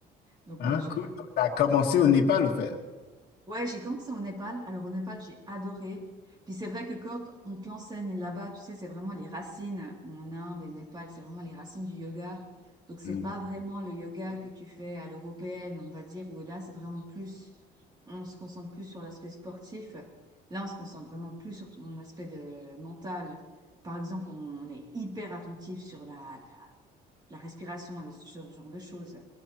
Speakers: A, on the right; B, on the left.
A: Donc
B: ah,
A: ouais, je...
B: cool. Donc, tu as commencé au Népal, au fait.
A: ouais, j'ai commencé au Népal. Alors au Népal, j'ai adoré. Puis c'est vrai que quand on te l'enseigne là-bas, tu sais, c'est vraiment les racines en Inde et Népal, c'est vraiment les racines du yoga. Donc c'est
B: Hmm.
A: pas vraiment le yoga que tu fais à l'européenne, on va dire, où là c'est vraiment plus, on se concentre plus sur l'aspect sportif. Là, on se concentre vraiment plus sur ton aspect de mental. Par exemple, on est hyper attentif sur la, la, la respiration et ce genre de choses.